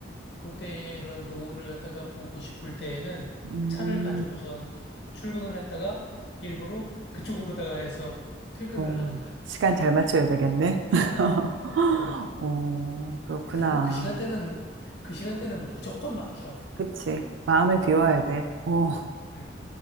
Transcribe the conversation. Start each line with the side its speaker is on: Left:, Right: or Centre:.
Left: 그때의 그런 노을을 갖다가 보고 싶을 때에는
Right: 음.
Left: 차를 가지고선 출근을 했다가 일부러 그쪽으로다가 해서 퇴근을
Right: 어,
Left: 하는 거야.
Right: 시간 잘 맞춰야 되겠네. <laughs>
Left: 어, 어.
Right: 오 그렇구나.
Left: 그리고 그 시간대는 그 시간대는 무조건 막혀.
Right: 그치. 마음을 비워야
Left: 음,
Right: 돼. 어,
Left: 음.